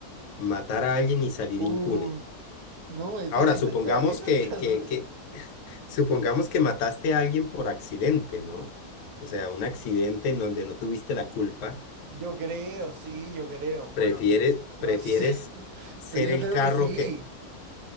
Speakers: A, on the left; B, on the right.
A: matar a alguien y salir
B: Uh,
A: impune?
B: no, esa,
A: Ahora,
B: esa
A: supongamos
B: está, esa
A: que,
B: está
A: que,
B: <laughs> dura.
A: que Supongamos que mataste a alguien por accidente, ¿no? O sea, un accidente en donde no tuviste la culpa,
B: Yo creo, sí, yo creo. Bueno,
A: prefieres,
B: no, no
A: prefieres
B: sé, <laughs>
A: ser
B: pero yo
A: el
B: creo
A: carro
B: que sí.
A: que...